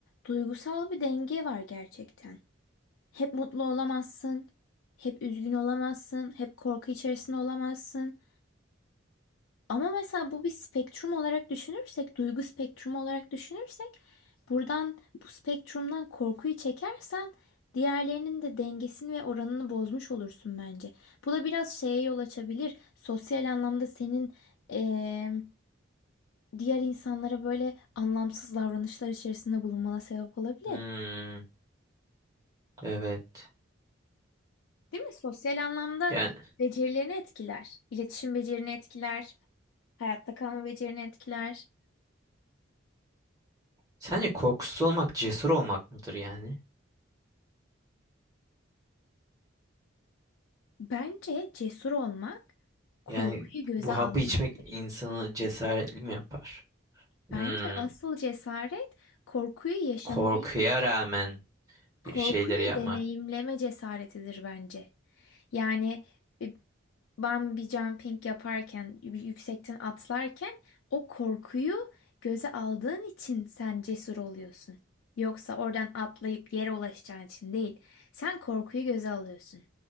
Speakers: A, on the left; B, on the right.
A: duygusal bir denge var gerçekten. Hep mutlu olamazsın, hep üzgün olamazsın, hep korku içerisinde olamazsın. Ama mesela bu bir spektrum olarak düşünürsek, duygu spektrumu olarak düşünürsek, buradan bu spektrumdan korkuyu çekersen diğerlerinin de dengesini ve oranını bozmuş olursun bence. Bu da biraz şeye yol açabilir. Sosyal anlamda senin eee, diğer insanlara böyle anlamsız davranışlar içerisinde bulunmana sebep olabilir.
B: Hmm, evet.
A: Değil mi? Sosyal anlamda
B: Yani
A: becerilerini etkiler. İletişim becerini etkiler. Hayatta kalma becerini etkiler.
B: sence korkusuz olmak cesur olmak mıdır yani?
A: Bence cesur olmak korkuyu
B: Yani
A: göze
B: bu
A: almaktır.
B: hapı içmek insanı cesaretli mi yapar?
A: Bence
B: Hmm,
A: asıl cesaret korkuyu yaşamayı
B: korkuya rağmen
A: korkuyu
B: bir şeyleri yapma.
A: deneyimleme cesaretidir bence. Yani e, ben bir jumping yaparken, bir yüksekten atlarken o korkuyu göze aldığın için sen cesur oluyorsun. Yoksa oradan atlayıp yere ulaşacağın için değil. Sen korkuyu göze alıyorsun.